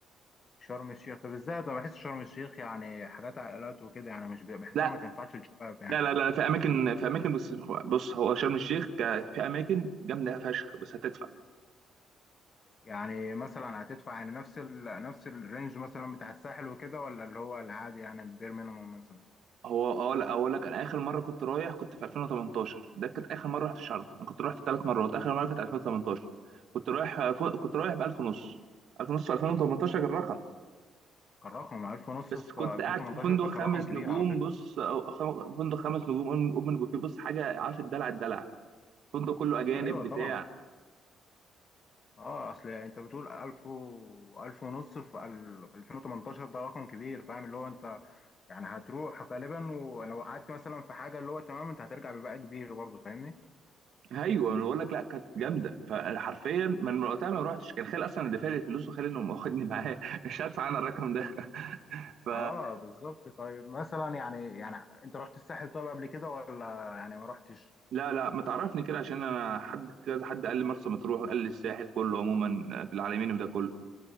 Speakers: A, on the left (about 30°); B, on the right (about 60°).
A: شرم الشيخ بالذات انا بحس شرم الشيخ يعني حاجات عائلات وكده يعني مش بي- بحسها
B: لا
A: ما تنفعش للشباب يعني
B: لا لا لا في اماكن في اماكن بس بص هو شرم الشيخ ك- في اماكن جامده فشخ بس هتدفع
A: يعني مثلا هتدفع يعني نفس ال... نفس الرينج مثلا بتاع الساحل وكده ولا اللي هو العادي يعني البير مينيموم مثلا
B: هو اقول اقول لك انا اخر مره كنت رايح كنت في 2018 ده كانت اخر مره رحت شرم انا كنت رحت ثلاث مرات اخر مره كانت 2018 كنت رايح فوق كنت رايح ب 1000 ونص 1000 ونص في 2018 كان رقم
A: كان رقم 1000 ونص
B: بس
A: في
B: كنت
A: 2018
B: قاعد في فندق
A: ده كان
B: خمس
A: رقم كبير
B: نجوم
A: على فكرة
B: بص أو خم... فندق خمس نجوم اوبن أوبن بوفيه بص حاجه عارف الدلع الدلع فندق كله اجانب
A: ايوه
B: بتاع
A: طبعا اه اصل انت بتقول 1000 و 1000 ونص في ال- في 2018 ده رقم كبير فاهم اللي هو انت يعني هتروح غالبا ولو قعدت مثلا في حاجة اللي هو تمام انت هترجع بباقي كبير برضه فاهمني
B: ايوه انا بقول لك لا كانت جامده فحرفيا من وقتها ما روحتش كان خالي اصلا اللي دافع لي الفلوس وخالي اللي واخدني معاه <laughs> مش هدفع انا الرقم ده ف
A: اه بالظبط طيب مثلا يعني يعني انت رحت الساحل طيب قبل كده ولا يعني ما رحتش
B: لا لا ما تعرفني كده عشان انا حد كذا حد قال لي مرسى مطروح وقال لي الساحل كله عموما في العالمين ده كله